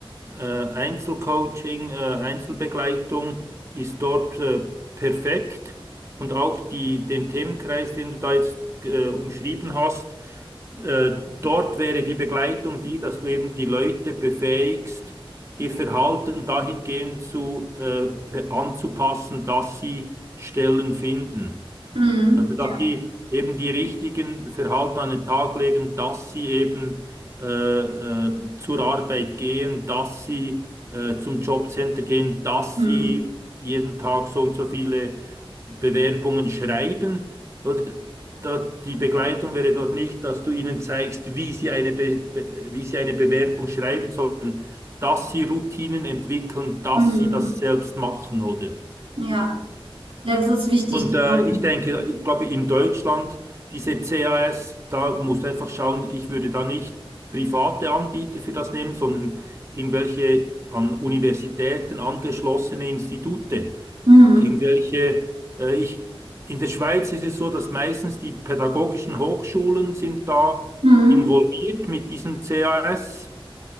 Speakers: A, on the right; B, on the right.
A: Äh, Einzelcoaching, äh, Einzelbegleitung ist dort äh, perfekt. Und auch die, den Themenkreis, den du da jetzt äh, umschrieben hast, äh, dort wäre die Begleitung die, dass du eben die Leute befähigst, ihr Verhalten dahingehend zu, äh, anzupassen, dass sie Stellen finden.
B: Mhm.
A: Also, dass
B: Ja.
A: die eben die richtigen Verhalten an den Tag legen, dass sie eben äh, äh, zur Arbeit gehen, dass sie äh, zum Jobcenter gehen, dass
B: Mhm.
A: sie jeden Tag so und so viele Bewerbungen schreiben. Oder da, die Begleitung wäre dort nicht, dass du ihnen zeigst, wie sie eine Be Be wie sie eine Bewerbung schreiben sollen, dass sie Routinen entwickeln, dass
B: Mhm.
A: sie das selbst machen, oder?
B: Ja. Ja, das ist wichtig,
A: Und
B: genau.
A: äh, ich denke, ich glaube, in Deutschland, diese CAS, da musst du einfach schauen, ich würde da nicht private Anbieter für das nehmen, sondern irgendwelche an Universitäten angeschlossene Institute.
B: Mhm.
A: Irgendwelche, äh, ich, in der Schweiz ist es so, dass meistens die pädagogischen Hochschulen sind da
B: Mhm.
A: involviert mit diesen CAS